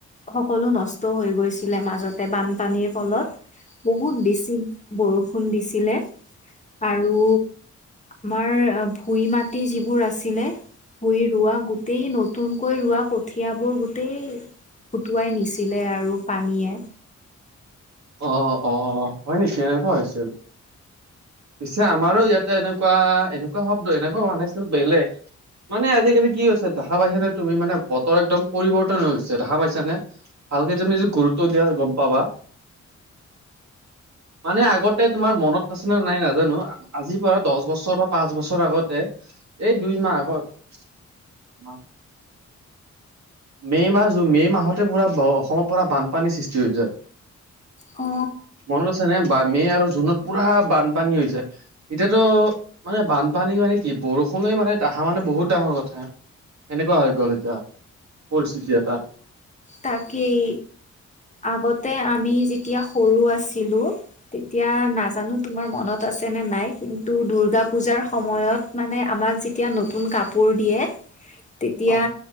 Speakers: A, on the left (about 25°); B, on the right (about 65°).
A: সকলো নষ্ট হৈ গৈছিলে মাজতে বানপানীৰ ফলত। বহুত বেছি বৰষুণ দিছিলে আৰু আমাৰ ভুই মাটি যিবোৰ আছিলে ভূই ৰোৱা, গোটেই নতুন কৈ ৰোৱা কঠীয়া বোৰ গোটেই উুটুৱাই নিছিলে আৰু পানীয়ে।
B: অ অ হয় নেকি এনেকুৱা হৈছিল। পিছে আমাৰো ইয়াতে এনেকুৱা এনেকুৱা শব্দ এনেকুৱা হোৱা নাছিলে বেলেগ মানে আজিকালি কি হৈছে দেখা পাইচানে তুমি মানে বতৰ একদম পৰিৱৰ্তন হৈ গৈছে দেখা পাইছানে? ভালকে তুমি যদি গুৰুত্ব দিয়া গম পাবা মানে আগতে তোমাৰ মনত আছে নে নাই নাজানো, আজিৰ পৰা দহ বছৰ বা পাঁচ বছৰ আগতে এই দুই মাহ আগত মে মাহ মে মাহতে পুৰা অসমৰ পৰা বানপানীৰ সৃষ্টি হৈ যায়।
A: অ।
B: মনত আছে নে বা মে' আৰু জুনত পুৰা বানপানী হৈছে। এতিয়াতো মানে বানপানী মানে কি বৰষুণে মানে আহা মানে বহুত ডাঙৰ কথা। এনেকুৱা হৈ গ'ল এতিয়া পৰিস্থিতি এটা।
A: তাকেই আগতে আমি যেতিয়া সৰু আছিলো তেতিয়া নাজানো তোমাৰ মনত আছে নে নাই কিন্তু দূৰ্গা পূজাৰ সময়ত মানে আমাক যেতিয়া নতুন কাপোৰ দিয়ে তেতিয়া
B: অ